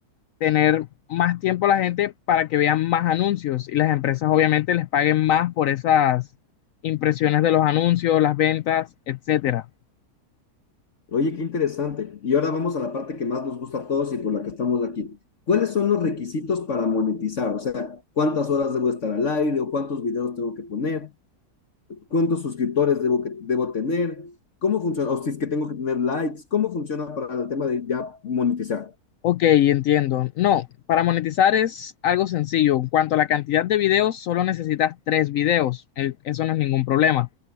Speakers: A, on the left; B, on the left.
A: tener más tiempo la gente para que vean más anuncios y las empresas obviamente les paguen más por esas impresiones de los anuncios, las ventas, etcétera.
B: Oye, qué interesante. Y ahora vamos a la parte que más nos gusta a todos y por la que estamos aquí. ¿Cuáles son los requisitos para monetizar? O sea, ¿cuántas horas debo estar al aire o cuántos videos tengo que poner? ¿Cuántos suscriptores debo, que, debo tener? ¿Cómo funciona? O si es que tengo que tener likes, ¿cómo funciona para el tema de ya monetizar?
A: Ok, entiendo. No, para monetizar es algo sencillo. En cuanto a la cantidad de videos, solo necesitas tres videos. El- Eso no es ningún problema.